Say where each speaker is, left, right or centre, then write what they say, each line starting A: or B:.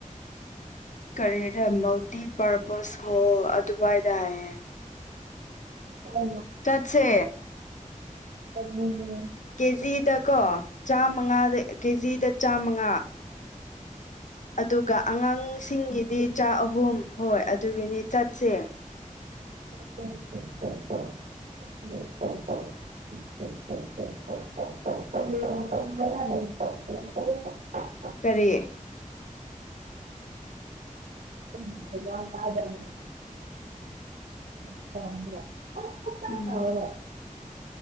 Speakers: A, on the left (about 65°); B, on the right (about 70°).
A: ꯀꯔꯤꯔ ꯃꯜꯇꯤ ꯄꯔꯄꯁ ꯍꯣꯜ ꯑꯗꯨꯋꯥꯏꯗ ꯍꯥꯏꯌꯦ
B: ꯑꯔ
A: ꯆꯠꯁꯦ
B: ꯂ
A: ꯀꯦꯖꯤꯗ ꯀꯣ ꯆꯥꯃꯉꯥ ꯀꯦꯖꯤꯗ ꯆꯥꯃꯉꯥ ꯑꯗꯨꯒ ꯑꯉꯥꯡꯁꯤꯡꯒꯤꯗꯤ ꯆꯥꯛ ꯑꯍꯨꯝ ꯍꯣꯏ ꯑꯗꯨꯒꯤꯅꯤ ꯆꯠꯁꯦ
B: <unintelligible> ꯑ ꯃꯅꯦ <unintelligible>
A: ꯀꯔꯤꯌꯦ
B: ꯀꯥꯖꯣ ꯑ
A: ꯎꯝ